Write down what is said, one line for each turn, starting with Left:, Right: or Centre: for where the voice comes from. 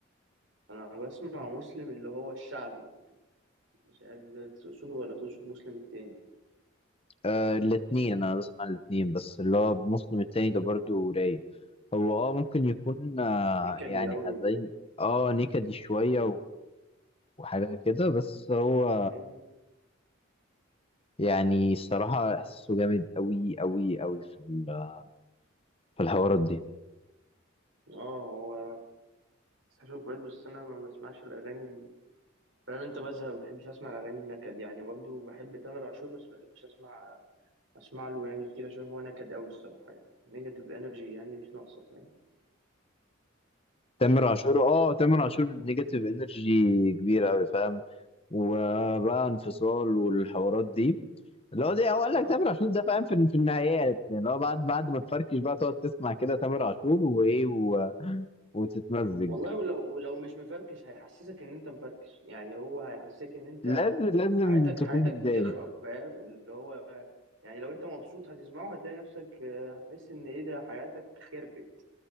Right: انا بسمع مسلم اللي هو الشعبي مش عارف ده تقصده ولا تقصد مسلم التاني
Left: آه الاتنين انا بسمع الاتنين بس اللي هو مسلم التاني ده برضو رايق هو اه ممكن يكون آه
Right: نكد
Left: يعني
Right: يا اوي
Left: حزين اه نكدي شوية وحاجة كده بس هو
Right: مم.
Left: يعني الصراحة إحساسه جامد أوي أوي أوي في ال- في الحوارات دي
Right: اه هو بس أشوف كويس بس أنا ما بسمعش الأغاني فاهم انت بزهق ما بحبش اسمع الاغاني النكد يعني برضه بحب تامر عاشور بس ما بحبش اسمع اسمع له يعني كتير عشان هو نكد قوي الصراحه يعني نيجاتيف انرجي يعني مش ناقصه فاهم
Left: تامر عاشور اه تامر عاشور نيجاتيف انرجي كبيرة أوي فاهم وبقى انفصال والحوارات دي اللي هو ده هو قال
Right: <laughs>
Left: لك تامر عاشور ده فاهم في في النهايات يعني اللي هو بعد بعد ما تفركش بقى تقعد تسمع كده تامر عاشور وإيه و... وتتمزج
Right: والله ولو ولو مش مفركش هيحسسك ان انت مفركش يعني هو هيحسسك ان انت
Left: لازم لازم
Right: حياتك
Left: تكون
Right: حياتك
Left: متضايق
Right: بتخرب فاهم اللي هو يعني لو انت مبسوط هتسمعه هتلاقي نفسك آه، هتحس ان ايه ده حياتك خربت